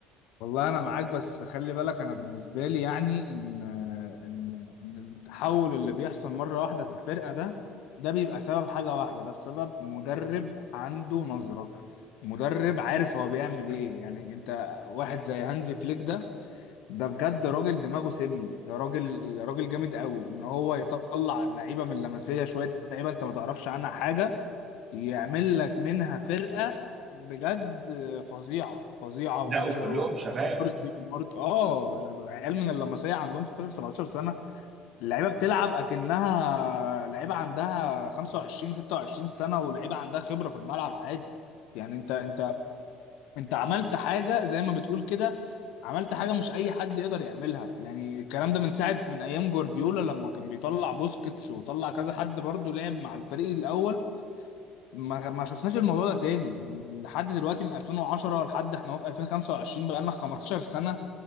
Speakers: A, on the left (about 65°); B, on the right (about 40°).
A: والله انا معاك بس خلي بالك انا بالنسبه لي يعني ان ان ان التحول اللي بيحصل مره واحده في الفرقه ده ده بيبقى سبب حاجه واحده ده بسبب مدرب عنده نظره مدرب عارف هو بيعمل ايه يعني انت واحد زي هانزي فليك ده ده بجد راجل دماغه سم ده راجل راجل جامد قوي ان هو يطلع اللعيبه من اللمسيه شويه لعيبه انت ما تعرفش عنها حاجه يعمل لك منها فرقة بجد فظيعة فظيعة
B: لا
A: ما
B: وكلهم
A: شاء
B: شباب
A: مارتي ومارت اه عيال من اللمسية عندهم 16 17 سنة اللعيبة بتلعب اكنها لعيبة عندها 25 26 سنة ولعيبة عندها خبرة في الملعب عادي يعني انت انت انت عملت حاجة زي ما بتقول كده عملت حاجة مش أي حد يقدر يعملها يعني الكلام ده من ساعة من أيام جوارديولا لما كان بيطلع بوسكيتس وطلع كذا حد برضه لعب مع الفريق الأول ما ما شفناش الموضوع ده تاني من لحد دلوقتي من 2010 لحد احنا اهو في 2025 بقى لنا 15 سنه